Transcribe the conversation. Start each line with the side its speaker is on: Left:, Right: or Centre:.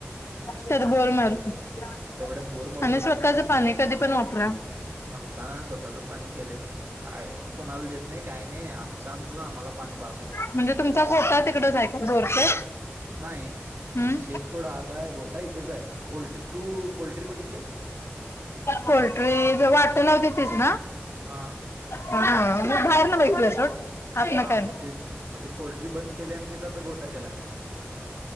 Left: त्यात बोर मारत नाहीत.
Right: तेवढ्यात बोर मारून
Left: आणि
Right: होतोय
Left: स्वतःच पाणी कधी पण वापरा.
Right: म्हणताना स्वतःच पाणी केलंय काय कोणाला देत. नाही काही नाही आमचं आमचं ना आम्हाला पाणी बस होतय.
Left: म्हणजे तुमचा गोठा तिकडच आहे का बोर ते?
Right: नाही
Left: हम्म
Right: शेत थोडा आताय गोटा ही हिताचं आहे पोल्ट्री तू पोल्ट्री बघितले
Left: पोल्ट्री वाटला होती तीच ना?
Right: हा
Left: हा मी बाहेरन
Right: हा
Left: बघितलं सोड. आतन
Right: हा
Left: काय?
Right: मग ते मग ते पोल्ट्री बंद केली आणि तिथं आता गोटा केलाय